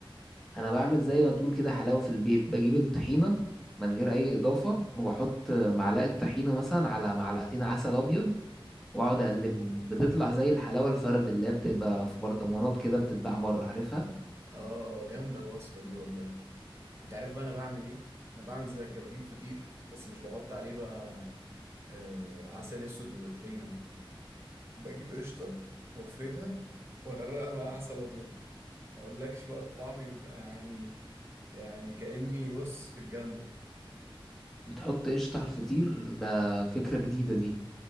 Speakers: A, in the centre; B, on the right (about 30°).
A: انا بعمل زي ما تقول كده حلاوه في البيت بجيب الطحينه من غير اي اضافه وبحط آه، معلقه طحينه مثلا على معلقتين عسل ابيض واقعد اقلبهم بتطلع زي الحلاوه الفرد اللي هي بتبقى في برطمانات كده بتتباع بره عارفها
B: اه جامدة الوصفة دي والله انت عارف بقى انا بعمل ايه انا بعمل زي كده بجيب فطير بس مش بحط عليه بقى آه عسل اسود وطحينة بجيب قشطة وافردها واغرقها بقى عسل ابيض ما اقولكش بقى الطعم بيبقى يعني يعني كأني بص في الجنة
A: بتحط قشطه على الفطير ده فكره جديده دي